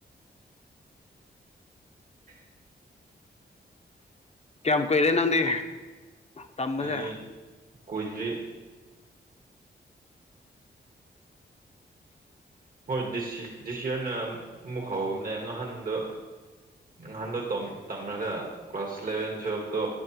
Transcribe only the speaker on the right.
<unintelligible>
ꯀꯨꯏ
ꯀꯨꯏꯗꯔꯤ ꯍꯣꯏ ꯗꯤꯁꯤ ꯗꯤꯁꯤ ꯍꯣꯏꯅ ꯃꯨꯛ ꯍꯥꯎꯕꯅꯦ ꯉꯥꯍꯟꯗꯨ ꯉꯥꯍꯟꯗꯣ ꯇꯣꯝ ꯇꯝꯂꯒ ꯀ꯭ꯂꯥꯁ ꯏꯂꯚꯦꯟ ꯇꯨꯋꯦꯜꯚ ꯇꯣ